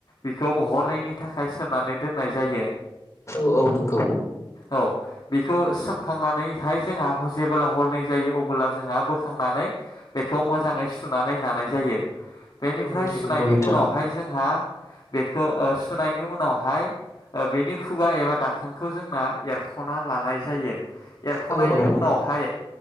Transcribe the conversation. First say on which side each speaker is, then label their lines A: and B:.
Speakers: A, on the left (about 50°); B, on the left (about 35°).
A: बिखौ हरनैनि थाखाय सोमनानै दोननाय जायो
B: औ औ नंगौ
A: औ बेखौ सोमखांनानैहाय जोंहा जेबोब्ला हरनै जायो अब्ला जोंहा बोखांनानै बेखौ मोजाङै सुनानै लानाय जायो बेनिफ्राय
B: औ नंगौ
A: सुनायनि
B: नंगौ नोंथां
A: उनावहाय जोंहा बे खौ ओ सुनायनि उनावहाय बेनि खुगा एबा दाखोनखौ जोंना एरखना लानाय जायो एरखनायनि
B: औ औ
A: उनावहाय